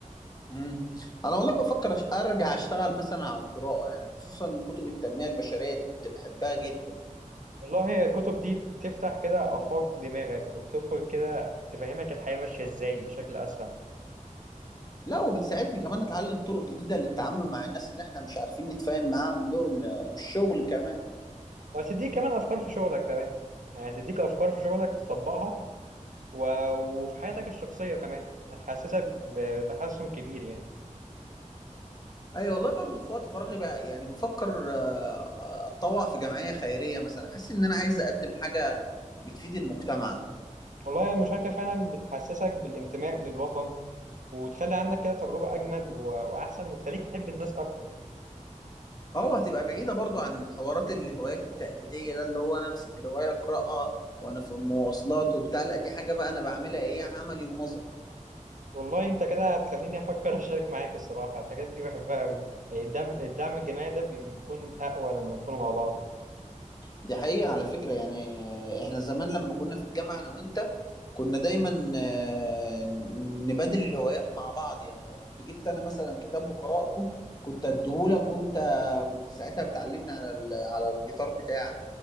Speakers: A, on the left (about 30°); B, on the right (about 75°).
A: مم. انا والله بفكر أش- ارجع اشتغل مثلا على القراءة يعني خصوصا كتب التنمية البشرية دي كنت بحبها جدا
B: والله هي الكتب دي بتفتح كده آفاق دماغك وبتدخل كده تفهمك الحياة ماشية ازاي بشكل أسرع
A: لا وبتساعدني كمان اتعلم طرق جديدة للتعامل مع الناس اللي احنا مش عارفين نتفاهم معاهم دول والشغل كمان
B: وهتديك كمان أفكار في شغلك كمان يعني هتديك أفكار في شغلك تطبقها و... وفي حياتك الشخصية كمان هتحسسك بتحسن كبير يعني
A: اي والله برضو في وقت فراغي بقى يعني بفكر آه، آه، اتطوع في جمعية خيرية مثلا حاسس ان انا عايز اقدم حاجة بتفيد المجتمع
B: والله المشاركة فعلا بتحسسك بالانتماء للوطن وتخلي عندك كده تجربة أجمل و- وأحسن وتخليك تحب الناس أكتر
A: اه هتبقى بعيدة برضو عن حوارات الهوايات التقليدية ده اللي هو انا امسك رواية اقراها وانا في المواصلات وبتاع لا دي حاجة بقى انا بعملها ايه عملي ونظري
B: والله أنت كده هتخليني أفكر أشارك معاك الصراحة الحاجات دي بحبها أوي يعني الدعم الدعم الجماعي ده بي- بيكون أقوى لما نكونوا مع بعض
A: دي حقيقة على فكرة يعني احنا زمان لما كنا في الجامعة انا وانت كنا دايما آه، نبادل الهوايات مع بعض يعني لو كنت جبت انا مثلا كتاب وقرأته كنت اديهولك وانت كنت ساعتها بتعلمني على ال- على الجيتار بتاعك